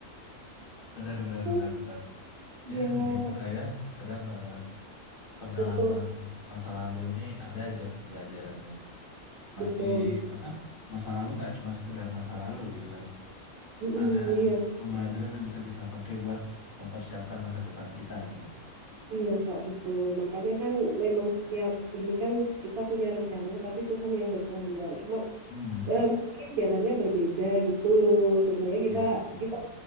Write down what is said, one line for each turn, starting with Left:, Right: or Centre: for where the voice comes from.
Left: Benar, benar,
Right: <laughs>
Left: benar, benar.
Right: Ya
Left: Ya, begitulah ya. Kadang eh, pengalaman
Right: betul
Left: masa lalu ini ada aja pembelajarannya. Pasti
Right: betul
Left: apa? Masa lalu nggak cuma sekedar masa lalu gitu kan.
Right: Mm-mm,
Left: Ada
Right: iya,
Left: pembelajaran yang bisa kita pakai buat mempersiapkan masa depan kita gitu.
Right: iya Kak, betul. Makanya kan memang setiap ini kan kita punya rencana, tapi Tuhan yang berkehendak. Cuma
Left: Hmm,
Right: eh, mungkin jalannya berbeda gitu. Sebenarnya
Left: Iya
Right: kita
Left: betul.
Right: kita